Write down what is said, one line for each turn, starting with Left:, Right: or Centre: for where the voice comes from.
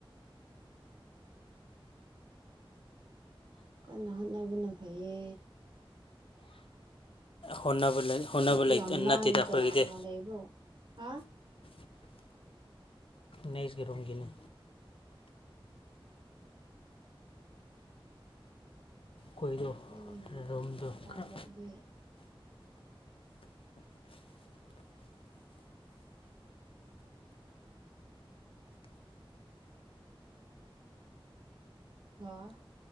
Right: ꯀꯟꯅ ꯍꯣꯠꯅꯕꯅ ꯐꯩꯌꯦ
Left: ꯍꯣꯅꯕ ꯂꯩ ꯍꯣꯠꯅꯕ
Right: <unintelligible>
Left: ꯂꯩ ꯅꯠꯇꯦꯗ ꯑꯩꯈꯣꯏꯒꯤꯗꯤ
Right: ꯂꯩꯕ꯭ꯔꯣ ꯍꯥ
Left: ꯅꯩꯖ ꯔꯣꯡꯒꯤꯅ ꯀꯣꯏꯗꯣ
Right: ꯎꯝ ꯃꯈꯣꯟ
Left: ꯔꯣꯝꯗꯣ
Right: ꯌꯥꯝ ꯇꯥꯕ
Left: ꯈꯔ
Right: ꯑꯗꯨꯏ ꯑ